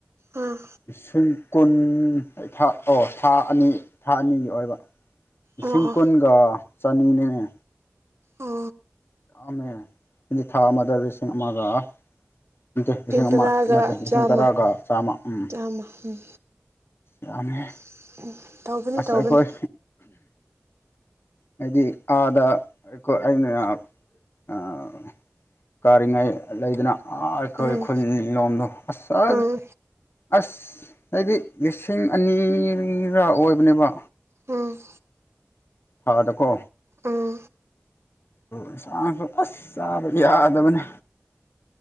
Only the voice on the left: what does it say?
ꯂꯤꯁꯤꯡ ꯀꯨꯟ ꯊꯥ ꯑꯣ ꯊꯥ ꯑꯅꯤ ꯊꯥ ꯑꯅꯤꯒꯤ ꯑꯣꯏꯕ ꯂꯤꯁꯤꯡ
ꯀꯨꯟꯒ ꯆꯅꯤꯅꯤꯅꯦ
ꯥꯃꯦ ꯍꯥꯏꯗꯤ ꯊꯥ ꯑꯃꯗ ꯂꯤꯁꯤꯡ ꯑꯃꯒ ꯅꯠꯇꯦ ꯂꯤꯁꯤꯡ ꯑꯃ
ꯅꯠꯇꯦ ꯂꯤꯁꯤꯡ
ꯇꯔꯥꯒ ꯆꯥꯝꯃ ꯎꯝ꯫
ꯌꯥꯝꯃꯦ
ꯑꯁ
ꯑꯩꯈꯣꯏ ꯍꯥꯏꯗꯤ ꯑꯥꯗ ꯑꯩ ꯑꯩꯅ ꯑꯥꯥ ꯀꯥꯔꯤꯉꯩ ꯂꯩꯗꯅ ꯑꯃꯥ ꯑꯩꯈꯣꯏ
ꯈꯨꯜ ꯂꯣꯝꯗꯣ ꯑꯁ
ꯑꯁ ꯍꯥꯏꯗꯤ ꯂꯤꯁꯤꯡ ꯑꯅꯤꯔ ꯑꯣꯏꯕꯅꯦꯕ
ꯊꯥꯗꯀꯣ
ꯏꯟꯁꯥꯡꯁꯨ ꯑꯁ ꯆꯥꯕ ꯌꯥꯗꯕꯅꯦ꯫